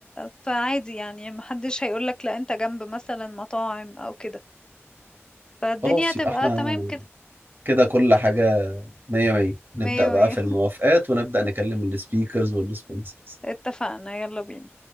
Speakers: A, on the left; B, on the right.
A: فعادي يعني محدش هيقولك لا انت جنب مثلا مطاعم او كده فالدنيا
B: خلاص
A: هتبقى
B: يبقى احنا
A: تمام كده
B: كده كل حاجة مية مية
A: مية
B: نبدأ بقى
A: مية
B: في الموافقات ونبدأ نكلم السبيكرز والسبونسرز
A: اتفقنا يلا بينا